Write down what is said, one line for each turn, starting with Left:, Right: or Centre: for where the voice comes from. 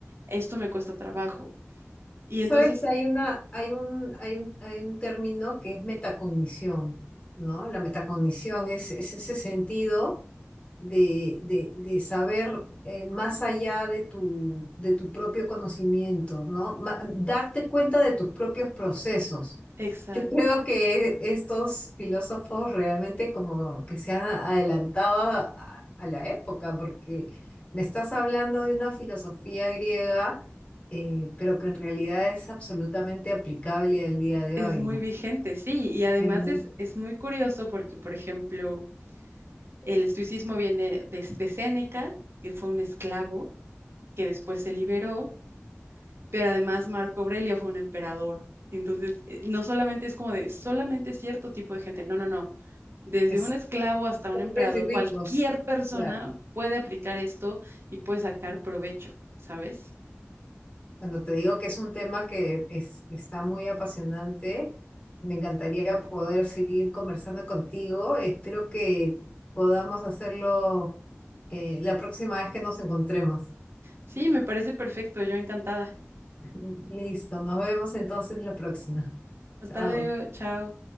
Right: esto me cuesta trabajo. Y
Left: Sabes
Right: entonces,
Left: que hay una, hay un, hay un, hay un término que es metacognición, ¿no? La metacognición es, es ese sentido de, de- de saber eh, más allá de tu, de tu propio conocimiento, ¿no? Ma- darte cuenta de tus propios procesos.
Right: exacto,
Left: Yo creo que estos filósofos realmente como que se han adelantado a, a la época, porque me estás hablando de una filosofía griega, eh, pero que en realidad es absolutamente aplicable al día de
Right: es
Left: hoy,
Right: muy
Left: ¿no?
Right: vigente, sí. Y además
Left: Es muy-
Right: es, es muy curioso porque, por ejemplo, el estoicismo viene de, de Séneca, que fue un esclavo que después se liberó pero además Marco Aurelio fue un emperador. Entonces, eh, no solamente es como de solamente cierto tipo de gente, no, no, no. Desde
Left: es
Right: un esclavo hasta
Left: pobres
Right: un emperador,
Left: y ricos,
Right: cualquier persona
Left: claro.
Right: puede aplicar esto y puede sacar provecho, ¿sabes?
Left: Cuando te digo que es un tema que es- está muy apasionante, me encantaría poder seguir conversando contigo. Espero que podamos hacerlo eh, la próxima vez que nos encontremos.
Right: Sí, me parece perfecto, yo encantada.
Left: <laughs> Listo, nos vemos entonces la próxima.
Right: Hasta
Left: Chao.
Right: luego, chao.